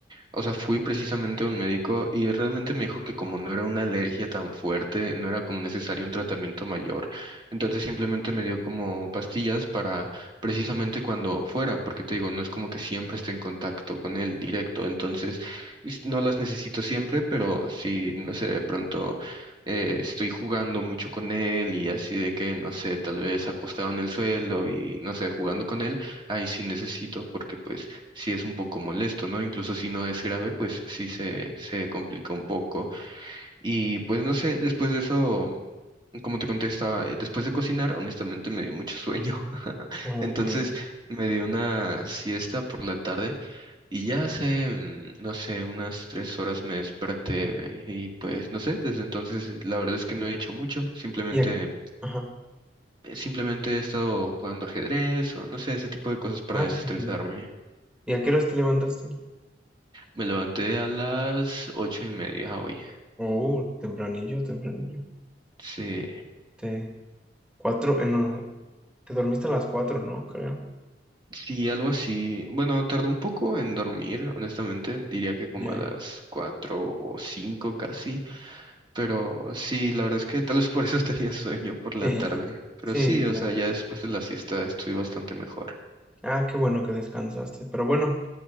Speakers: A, on the right (about 25°); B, in the centre.
A: o sea, fui precisamente a un médico y realmente me dijo que como no era una alergia tan fuerte, no era como necesario un tratamiento mayor. Entonces simplemente me dio como pastillas para precisamente cuando fuera, porque te digo, no es como que siempre esté en contacto con él directo. Entonces, es- no las necesito siempre, pero si, no sé, de pronto... eh, estoy jugando mucho con él y así de que, no sé, tal vez acostado en el suelo y, no sé, jugando con él ahí sí necesito porque pues sí es un poco molesto, ¿no? Incluso si no es grave, pues sí se, se complica un poco. Y pues no sé, después de eso, como te contestaba, eh, después de cocinar, honestamente me dio mucho sueño. <laughs>
B: Ok.
A: Entonces me di una siesta por la tarde y ya hace, mm, no sé, unas tres horas me desperté eh, y pues no sé, desde entonces la verdad es que no he hecho mucho, simplemente...
B: Y a- Ajá.
A: Simplemente he estado jugando ajedrez o no sé, ese tipo de cosas para
B: Ah,
A: desestresarme.
B: qué genial. ¿Y a qué horas te levantaste?
A: Me levanté a las ocho y media hoy.
B: Oh, tempranillo, tempranillo.
A: Sí,
B: Te... Cuatro, eh, no. Te dormiste a las cuatro, ¿no? Creo.
A: sí, algo así. Bueno, tardó un poco en dormir, honestamente. Diría que como
B: Ya,
A: a las cuatro o cinco casi. Pero sí, la verdad es que tal vez por eso <laughs> tenía sueño por
B: Sí,
A: la tarde. Pero
B: sí,
A: sí, o
B: claro.
A: sea, ya después de la siesta estoy bastante mejor.
B: Ah, qué bueno que descansaste. Pero bueno,